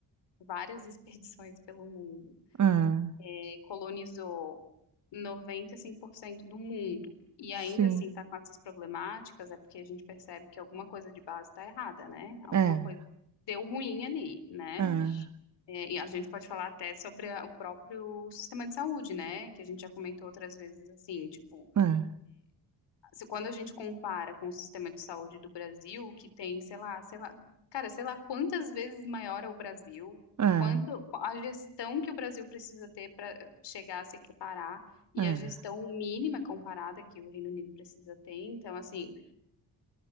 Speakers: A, on the left; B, on the right.
A: várias <laughs> expedições pelo mundo,
B: é,
A: é, colonizou 95% do mundo e
B: sim,
A: ainda assim está com essas problemáticas, é porque a gente percebe que alguma coisa de base está errada, né? Alguma
B: é,
A: coisa deu ruim ali, né?
B: é,
A: É, e a gente pode falar até sobre a- o próprio sistema de saúde, né? Que a gente já comentou outras vezes, assim, tipo,
B: é,
A: se quando a gente compara com o sistema de saúde do Brasil, que tem, sei lá, sei lá, cara, sei lá quantas vezes maior é o Brasil,
B: é,
A: quanto a gestão que o Brasil precisa ter para chegar a se equiparar e
B: é,
A: a gestão mínima comparada que o Reino Unido precisa ter. Então, assim,